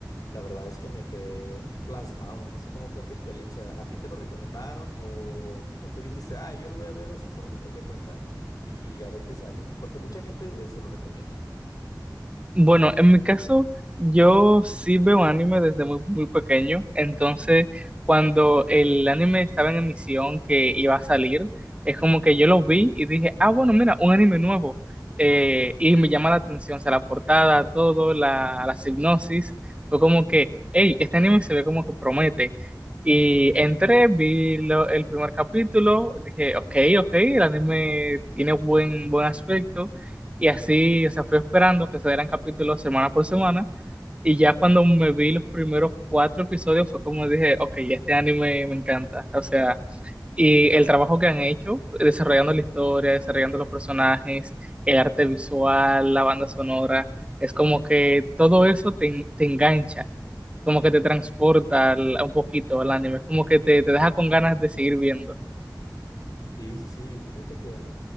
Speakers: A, on the left; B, on the right.
A: la verdad es que me quedé plasmado. No sé cómo fue tu experiencia. ¿A ti te lo recomendaron o, o tú dijiste, ah, yo lo voy a ver así por mi propia cuenta y, y a ver qué sale? Porque mucha gente eh, se lo recomiendan.
B: Bueno, en mi caso, yo sí veo anime desde muy, muy pequeño, entonces cuando el anime estaba en emisión que iba a salir, es como que yo lo vi y dije, ah, bueno, mira, un anime nuevo. Eh, y me llama la atención, o sea, la portada, todo, la, la sinopsis, fue como que, hey, este anime se ve como que promete. Y entré, vi lo- el primer capítulo, dije, ok, ok, el anime tiene buen, buen aspecto. Y así, o sea, fui esperando que se dieran capítulos semana por semana. Y ya cuando me vi los primeros cuatro episodios fue como dije, ok, este anime me encanta. O sea, y el trabajo que han hecho, desarrollando la historia, desarrollando los personajes, el arte visual, la banda sonora, es como que todo eso te, en- te engancha, como que te transporta al- un poquito al anime, es como que te, te deja con ganas de seguir viendo.
A: Sí, sí, sí. Fíjate que